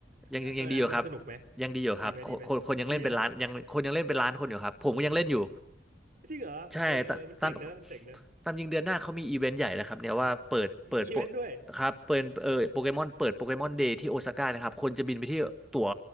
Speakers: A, in the centre; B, on the right.
A: ยังยังยังดีอยู่ครับ
B: เออเอออันนั้นมันสนุกไหม
A: ยังดีอยู่ครับคนคนคนยังเล่นเป็นล้านยังคนยังเล่นเป็นล้านคนอยู่ครับผมก็ยังเล่นอยู่
B: ดีไหมดีไหมดีเหรอจริงเหรอเออเออมันเจ๋งเนอะมันเจ๋งเนอะ
A: ใช่ตามตามตามยิงเดือนหน้าเขามีอีเวนต์ใหญ่นะครับเนี่ยว่าเปิดเปิดโป
B: มีอีเวนต์ด้วย
A: ครับเปิดเออโปเกมอนเปิดโปเกมอนเดย์ที่โอซาก้านะครับคนจะบินไปที่ตั๋ว